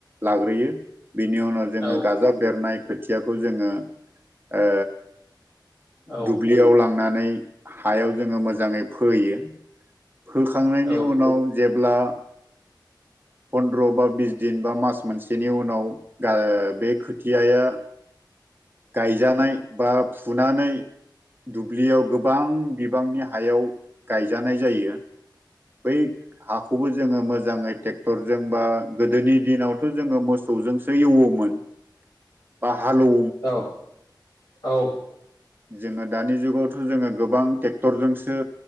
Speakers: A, on the right; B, on the left.
A: लाग्रोयो बिनि उनाव जोङो
B: औ
A: गाजा बेरनाय खोथियाखौ जोङो ओ
B: औ
A: दुब्लियाव लांनानै हायाव जोङो मोजाङै फोयो फोखांनायनि
B: औ
A: उनाव जेब्ला फनन्द्र' बा बिस दिन बा मास मोनसेनि उनाव गा बे खोथियाया गायजानाय बा फुनानै दुब्लियाव गोबां बिबांनि हायाव गायजानाय जायो बै हाखौबो जोङो मोजाङै ट्रेक्टरजों बा गोदोनि दिनावथ' जोङो मोस सौजोंसो एवोमोन बा हालौ
B: औ औ
A: जोङो दानि जुगावथ' जोङो गोबां ट्रेक्टरजोंसो